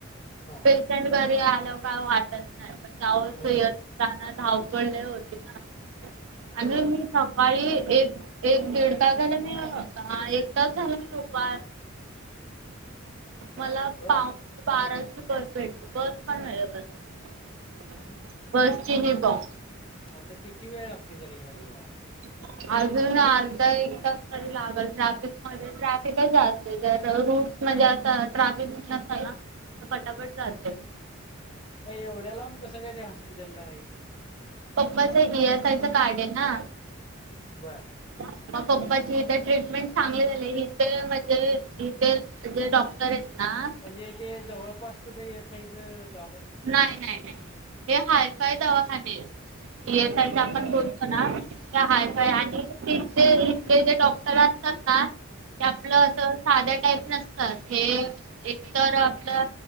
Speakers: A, on the left; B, on the right.
A: हा
B: पेशंट घरी आल्या का वाटत नाही पण जाऊ
A: होय होय
B: गना धावपळ लय होते ना
A: होय
B: आणि मी माई एक एक दीड तास झालं मी एक तास झालं मी उप मला
A: बर
B: पाऊने बाराची बस भेटली बस पण वेळेवर नाही.
A: हम्.
B: बसची ही बोंब.
A: आता किती वेळ लागते तरी घरी जायला?
B: <inaudible> अजून अर्धा एक तास तरी लागल ट्रॅफिक मध्ये ट्रॅफिकच असते दादर हून. म्हणजे आता ट्रॅफिक नसल्यावर अस ना पटापट जाते.
A: मग एवढ्या लांब कसं काय ते हॉस्पिटलला आहे?
B: पप्पाच ए. एस. आय. चं कार्ड आहे ना.
A: बर.
B: पप्पाची इथे ट्रीटमेंट चांगली झाले इथे म्हणजे इथेे डॉ क्टरेत ना.
A: म्हणजे ते जवळपास कुठे ए. एस. आय. च दवाखाना?
B: नाही नाही नाही हे हायफाय दवाखाने. ए. एस. आय. च आपण
A: बर
B: बोललो ना हायफय
A: हम्म.
B: आणि इथले इथले जे डॉक्टर असतात ना ते आपलं
A: हा
B: असं साध्या टाईप नसतात हे एकतर आपलं